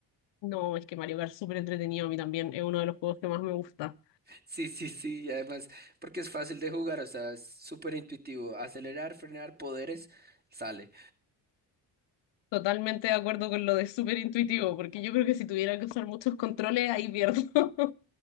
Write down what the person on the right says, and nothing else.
Sí, sí, sí, y además, porque es fácil de jugar, o sea, es súper intuitivo, acelerar, frenar, poderes, sale.